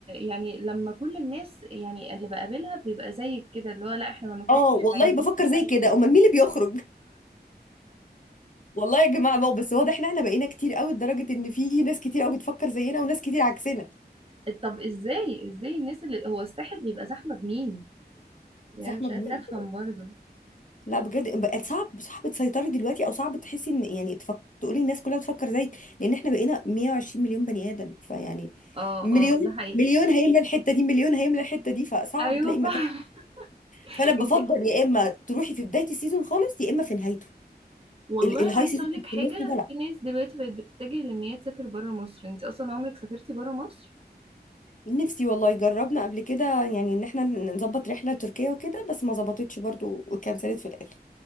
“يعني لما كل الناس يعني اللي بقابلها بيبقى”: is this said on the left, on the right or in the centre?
Right